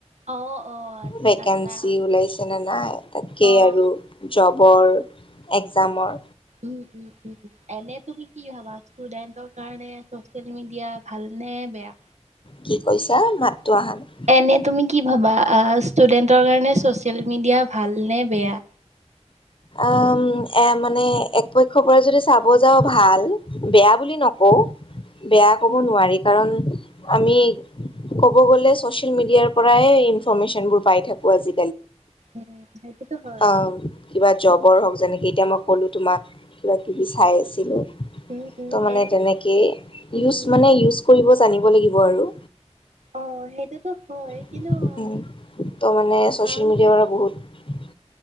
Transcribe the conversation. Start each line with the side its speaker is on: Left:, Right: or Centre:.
Right: অ অ
Left: ভেকেঞ্চি
Right: আচ্ছা
Left: ওলাইছে নে নাই তাকেই
Right: অ
Left: আৰু জবৰ একজামৰ
Right: উ উ উ এনে তুমি কি ভাবা ষ্টুডেন্টৰ কাৰণে চচিয়েল মিডিয়া ভাল নে বেয়া
Left: কি কৈছা মাতটো আহা নাই
Right: এনে তুমি কি ভাবা আ ষ্টুডেন্টৰ কাৰণে চচিয়েল মিডিয়া ভাল নে বেয়া?
Left: উম এ মানে একপক্ষৰ পৰা যদি চাব যাওঁ ভাল বেয়া বুলি নকওঁ, বেয়া ক'ব
Right: উম
Left: নোৱাৰি কাৰণ, - আমি ক'ব গ'লে ছচিয়েল মিডিয়াৰ পৰাই ইনফৰৰ্মেশ্যনবোৰ পাই থাকো আজি।
Right: উম সেইটোতো হয়।
Left: আম, কিবা জবৰ হওক যেনেকে এতিয়া মই ক'লোঁ তোমাক কিবা কিবি চাই আছিলোঁ।
Right: উম উম
Left: ত' মানে
Right: এনে
Left: তেনেকেই
Right: উম
Left: ইউচ মানে ইউচ কৰিব জানিব লাগিব আৰু
Right: অ সেইটোতো হয়
Left: উম
Right: কিন্তু
Left: ত'
Right: অ'
Left: মানে ছ'চিয়েল মিডিয়াৰ
Right: ভাল বেয়া
Left: পৰা বহুত